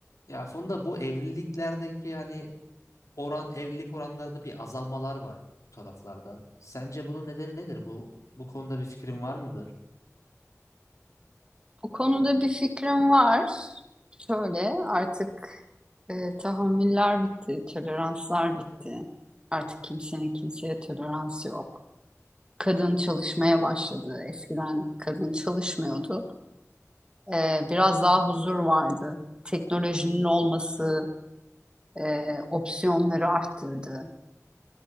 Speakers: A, on the left (about 80°); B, on the right (about 20°).
A: Ya Funda bu evliliklerdeki hani oran evlilik oranlarında bir azalmalar var ya bu taraflarda. Sence bunun nedeni nedir? Bu bu konuda bir fikrin var mıdır?
B: Bu konuda bir fikrim var. Şöyle artık e, tahammüller bitti, toleranslar bitti. Artık kimsenin kimseye toleransı yok. Kadın çalışmaya başladı. Eskiden kadın çalışmıyordu. E, biraz daha huzur vardı. Teknolojinin olması e, opsiyonları arttırdı.